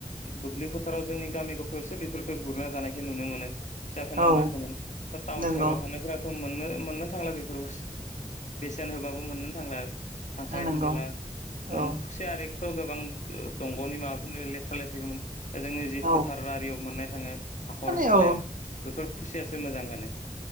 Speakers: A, on the left; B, on the right.
A: दुब्लि फोथाराव जोंनि गामिखौ फोरसो बेफोरखौ गुरना जानायखौ नुनो मोनो। फिसा फेनला
B: औ
A: नाखो मोनो टाउन
B: नंगौ
A: सहराव थानाय, दाथ' मोननो मोननो थांला बेफोर बेसेन होबाबो मोननो थांला, खांख्राइ
B: नंगौ
A: होनबोला नों
B: औ
A: खुसिया आरो बेखौथ' गोबां ओ दंग'नि माबाफोरनो लेथ्रा लेथ्रिखौमोन ओजोंनो जि
B: औ
A: फोथार आरियाव मोननाय थाङो, हाखर
B: माने
A: हालायाव
B: औ
A: बेफोर खुसियासो मोजां मोनो